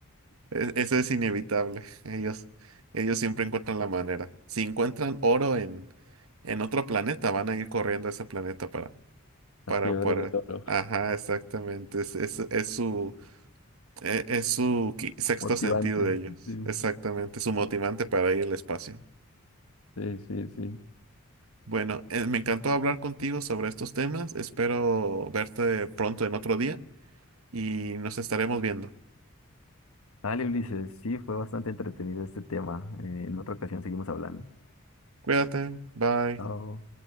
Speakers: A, on the right (about 80°); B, on the left (about 80°).
A: E- Eso es inevitable. Ellos, ellos siempre encuentran la manera. Si encuentran oro en, en otro planeta, van a ir corriendo a ese planeta para, para,
B: La fiebre
A: para.
B: del oro,
A: Ajá, exactamente. Es, es, es su, e- es, su qui- sexto
B: <laughs> motivante,
A: sentido de ellos.
B: sí,
A: Exactamente. Su motivante para ir al espacio.
B: sí, sí, sí.
A: Bueno, eh, me encantó hablar contigo sobre estos temas. Espero verte pronto en otro día y nos estaremos viendo.
B: Dale, Ulises, sí, fue bastante entretenido este tema. Eh, en otra ocasión seguimos hablando.
A: Cuídate. Bye.
B: Chao.